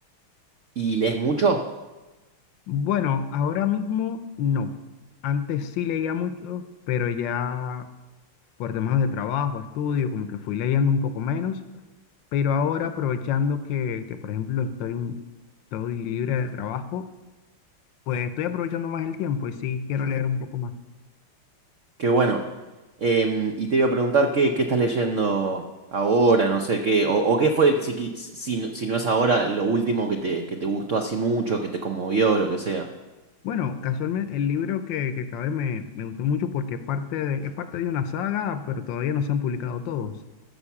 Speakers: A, on the right (about 65°); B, on the left (about 70°).
A: ¿Y lees mucho?
B: Bueno, ahora mismo no. Antes sí leía mucho, pero ya por temas de trabajo, estudio, como que fui leyendo un poco menos. Pero ahora aprovechando que, que, por ejemplo, estoy, un, estoy libre de trabajo, pues estoy aprovechando más el tiempo y sí quiero leer un poco más.
A: Qué bueno. Em, y te iba a preguntar qué, qué estás leyendo ahora, no sé, qué, o, o qué fue, el- si, qui- si, no si no es ahora, lo último que te, que te gustó así mucho, que te conmovió, lo que sea.
B: Bueno, casualmente el libro que, que acabé me, me gustó mucho porque es parte de, es parte de una saga, pero todavía no se han publicado todos.